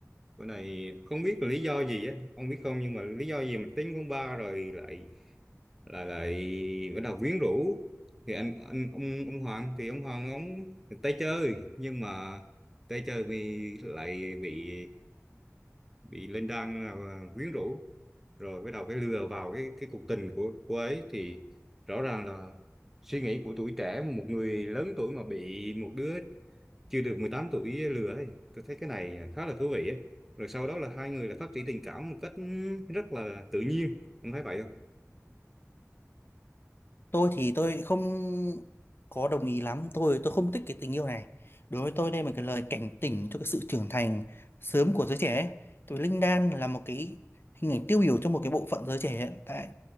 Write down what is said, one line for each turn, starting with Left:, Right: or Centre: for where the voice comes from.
Centre: Bữa này không biết là lý do gì á, ông biết không nhưng mà lý do gì mà tính con ba rồi lại lại lại bắt đầu quyến rũ thì anh anh ông ông Hoàng thì ông Hoàng ông tay chơi nhưng mà tay chơi vì lại bị bị Linh Đan là quyến rũ rồi bắt đầu cái lừa vào cái cái cuộc tình của cô ấy thì rõ ràng là suy nghĩ của tuổi trẻ mà một người lớn tuổi mà bị một đứa chưa được 18 tuổi lừa ấy. Tôi thấy cái này khá là thú vị ấy. Rồi sau đó là hai người lại phát triển tình cảm một cách rất là tự nhiên. Em thấy vậy không?
Left: tôi thì tôi không có đồng ý lắm tôi tôi không thích cái tình yêu này đối với tôi đây là một cái lời cảnh tỉnh cho cái sự trưởng thành sớm của giới trẻ ấy. Tại vì Linh Đan là một cái hình ảnh tiêu biểu cho một cái bộ phận giới trẻ hiện tại